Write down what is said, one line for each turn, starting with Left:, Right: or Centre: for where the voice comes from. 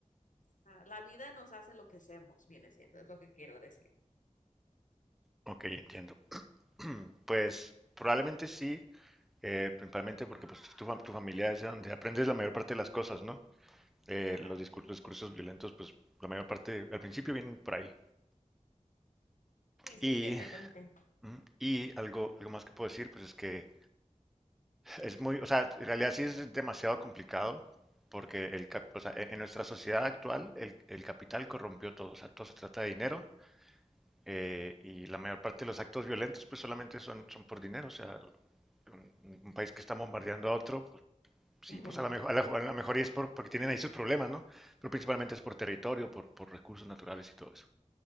Left: Ah, La vida nos hace lo que hacemos, viene siendo, es lo que quiero decir.
Centre: Ok, entiendo. <clears throat> Pues probablemente sí, eh, principalmente porque pues tu, fam- tu familia es de donde aprendes la mayor parte de las cosas, ¿no? Eh,
Left: Ajá.
Centre: los discur- los discursos violentos, pues la mayor parte al principio vienen por ahí.
Left: Sí, sí,
Centre: Y,
Left: sí, exactamente.
Centre: mm, y algo, algo más que puedo decir, pues es que es muy, o sea, en realidad sí es demasiado complicado porque el, cap- o sea, en, en nuestra sociedad actual el, el capital corrompió todo, o sea, todo se trata de dinero eh, y la mayor parte de los actos violentos pues solamente son, son por dinero, o sea, un, un país que está bombardeando a otro, pues sí,
Left: Ujú.
Centre: pues a lo mejor, a la- a la mejor es por, porque tienen ahí sus problemas, ¿no? Pero principalmente es por territorio, por, por recursos naturales y todo eso.